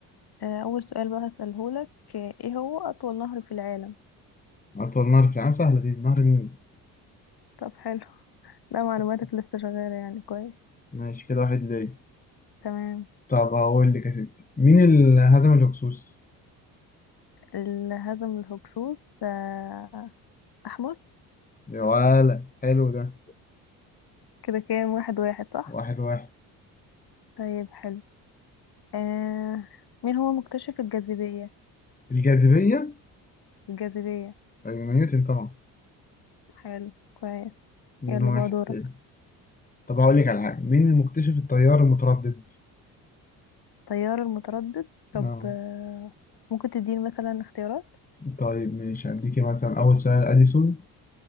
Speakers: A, on the left; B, on the left.
A: آه اول سؤال بقى هساله لك آه، ايه هو اطول نهر في العالم
B: أطول نهر في العالم سهلة دي نهر النيل
A: طب حلو لا معلوماتك
B: طب
A: لسه شغاله يعني كويس
B: ماشي كده واحد ليه
A: تمام
B: طب هقول لك يا ستي مين اللي هزم الهكسوس
A: ال- هزم الهكسوس آه احمس
B: يا ولا حلو ده
A: كده كام واحد واحد صح
B: واحد واحد
A: طيب حلو آه مين هو مكتشف الجاذبيه
B: الجاذبية
A: الجاذبية
B: أيوة، نيوتن طبعا
A: حلو كويس
B: اتنين
A: يلا
B: واحد
A: بقى دورك
B: كده طب هقول لك على حاجة مين المكتشف التيار المتردد
A: تيار المتردد طب
B: اه
A: آه، ممكن تديني مثلا اختيارات
B: طيب مش هديكي مثلا أول سؤال أديسون